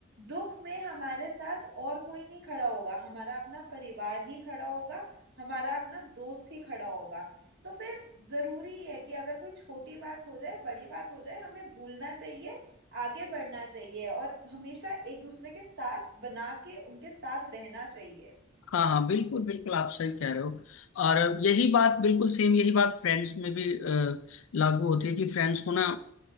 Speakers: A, on the right; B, on the left.
A: दुख में हमारे साथ और कोई नहीं खड़ा होगा हमारा अपना परिवार ही खड़ा होगा हमारा अपना दोस्त ही खड़ा होगा तो फिर जरूरी है कि अगर कोई छोटी बात हो जाए बड़ी बात हो जाए हमें भूलना चाहिए आगे बढ़ना चाहिए और हमेशा एक दूसरे के साथ बना के उनके साथ रहना चाहिए
B: हाँ हाँ बिल्कुल बिल्कुल आप सही कह रहे हो और यही बात बिल्कुल सेम यही बात फ्रेंड्स में भी अ, लागू होती है कि फ्रेंड्स को ना